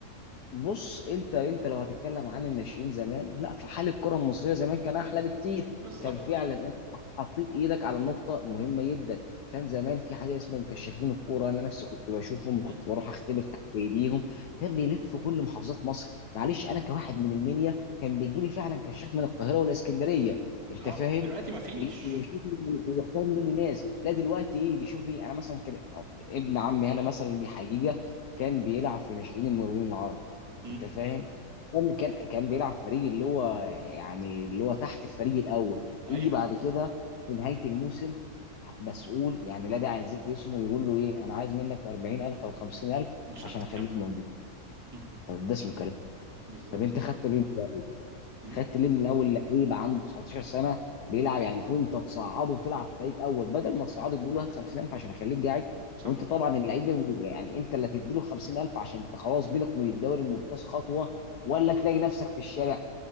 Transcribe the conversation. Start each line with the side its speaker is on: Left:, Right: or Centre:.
Left: بص انت انت لو هتتكلم عن الناشئين زمان لا في حال الكره المصريه زمان كان احلى بكتير
Right: بالظبط
Left: كان فعلا انت حطيت ايدك على النقطه مهمه جدا كان زمان في حاجه اسمه مكشفين الكوره انا نفسي كنت بشوفهم كنت
Right: مم.
Left: بروح اختبر تحت ايديهم كان بيلف كل محافظات مصر معلش انا كواحد من المنيا كان بيجي لي فعلا كشاف من القاهره والاسكندريه انت
Right: اه
Left: فاهم
Right: دلوقتي ما فيش
Left: وي- ويشوف ويختار مني ناس لا دلوقتي ايه شوفي انا مثلا كان أو ابن عمي انا مثلا دي حقيقه كان بيلعب في ناشئين المقاولين العرب
Right: مم.
Left: انت فاهم كان كان كان بيلعب في فريق اللي هو يعني اللي هو تحت الفريق الاول
Right: ايوه
Left: يجي بعد كده في نهايه الموسم مسؤول يعني لا داعي لذكر اسمه يقول له ايه انا عايز منك 40000 او 50000
Right: عشان
Left: عشان
Right: تكمل
Left: اخليك موجود
Right: <laughs>
Left: طب ده اسمه كلام
Right: بالظبط
Left: طب انت خدته ليه
Right: مم.
Left: خدت ليه من الاول لعيب عنده 19 سنه بيلعب يعني المفروض انت تصعده وتلعب فريق اول بدل ما تصعده تقول له هات 50000 عشان اخليك قاعد
Right: صح
Left: وانت طبعا اللعيب بي- يعني انت اللي تديله 50000 عشان انت خلاص بينك وبين الدوري الممتاز خطوه ولا تلاقي نفسك في الشارع